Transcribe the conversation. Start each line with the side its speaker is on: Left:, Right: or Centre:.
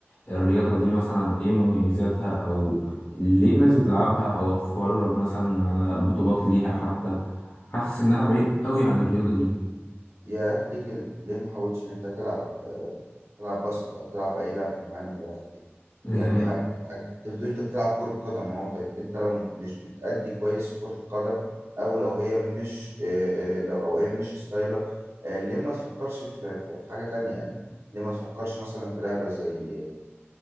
Left: الرياضه دي مثلا ايه مميزاتها او ليه الناس بتلعبها او اتفرج مثلا على بطولات ليها حتى حاسس ان انا بعيد قوي عن الرياضه دي
Right: ياه ليه كده ليه ما حاولتش ان انت تلعب آه، تلعب باسكت او تلعب اي لعبه معينه من الالعاب دي
Left: يعني
Right: يعني ه... انت بتقول انت بتلعب كره قدم اهو طيب انت لو مش بتأدي كويس في كره القدم او لو هي مش آه، آه، لو او هي مش ستايلك آه، ليه ما تفكرش في في في حاجه تانية يعني ليه ما تفكرش مثلا في لعبه زي